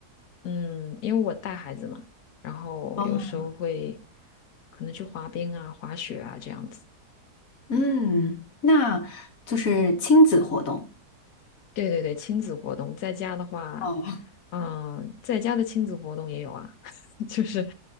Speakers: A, on the left; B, on the left.
A: 嗯，因为我带孩子嘛，然后有时候会
B: 哦，
A: 可能去滑冰啊、滑雪啊这样子。
B: 嗯，那就是亲子活动。
A: 对对对，亲子活动，在家的话，
B: 哦
A: 嗯，在家的亲子活动也有啊，<laughs> 就是